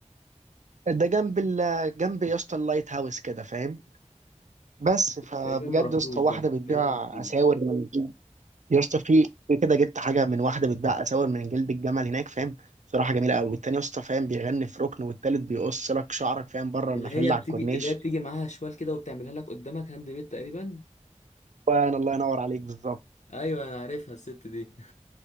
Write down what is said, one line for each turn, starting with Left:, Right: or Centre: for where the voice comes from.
Right: ده جنب ال جنب يا اسطى اللايت هاوس كده فاهم بس فبجد
Left: تقريبا ما رحتوش
Right: يا اسطى
Left: ده
Right: واحده بتبيع
Left: تقريبا ما شفتوش
Right: اساور من جلد يا اسطى في في كده جبت حاجه من واحده بتبيع اساور من جلد الجمل هناك فاهم صراحه جميله قوي والتاني يا اسطى فاهم بيغني في ركن والتالت بيقص لك شعرك فاهم بره المحل
Left: اللي هي
Right: على
Left: بتيجي
Right: الكورنيش
Left: اللي هي بتيجي معاها شوال كده وبتعملها لك قدامك هاند ميد تقريبا
Right: وانا الله ينور عليك بالظبط
Left: ايوه انا عارفها الست دي